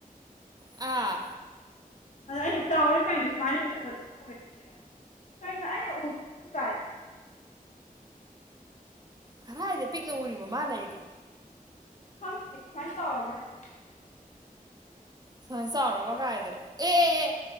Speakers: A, on the right; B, on the left.
A: ꯑꯥ
B: ꯑꯗ ꯑꯩꯅ ꯆꯥꯎꯔꯦ ꯀꯔꯤꯗꯣ ꯁꯨꯃꯥꯏꯅꯅꯦ ꯑꯗꯨꯝ ꯑꯣꯏꯔꯤꯁꯦ ꯀꯩꯅꯣ ꯑꯩ ꯎꯁꯤꯁꯨ ꯀꯥꯏ
A: ꯀꯔꯥꯏꯗꯥ ꯄꯤꯛꯅ ꯎꯔꯤꯕ ꯃꯥꯅ ꯑꯩꯗꯤ
B: ꯈꯪꯗꯦ ꯁꯨꯃꯥꯏꯟ ꯆꯥꯎꯔꯕ ꯍꯥꯏꯔꯦ
A: ꯁꯨꯃꯥꯏꯟ ꯆꯥꯎꯔꯕ ꯀꯥꯏꯗꯅ ꯑꯦ ꯑꯦ